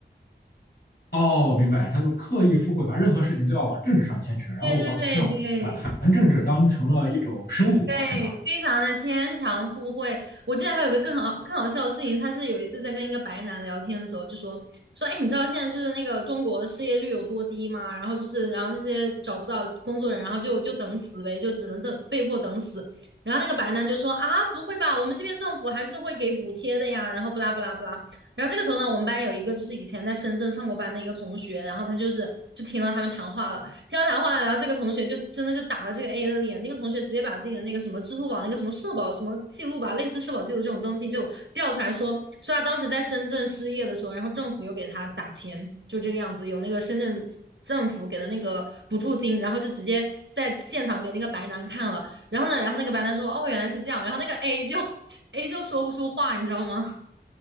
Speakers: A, on the left; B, on the right.
A: 哦，我明白，他就刻意附会，把任何事情都要往政治上牵扯，然后把好像把谈政治当成了一种生活，
B: 对对对对对，
A: 是吧？
B: 非常的牵强附会。我记得还有一个更好更好笑的事情，他是有一次在跟一个白男聊天的时候，就说说，哎，你知道现在就是那个中国的失业率有多低吗？然后就是，然后这些找不到工作人，然后就就等死呗，就只能等被迫等死。然后那个白男就说啊，不会吧，我们这边政府还是会给补贴的呀。然后不拉不拉不拉。然后这个时候呢，我们班有一个就是以前在深圳上过班的一个同学，然后他就是就听到他们谈话了。听到谈话呢，然后这个同学就真的就打了这个 A 的脸，那个同学直接把自己的那个什么支付宝那个什么社保什么记录吧，类似社保记录这种东西就调出来说，说他当时在深圳失业的时候，然后政府又给他打钱，就这个样子，有那个深圳政府给的那个补助金，然后就直接在现场给那个白男看了，然后呢，然后那个白男说，哦，原来是这样，然后那个 A 就 A 就说不出话，你知道吗？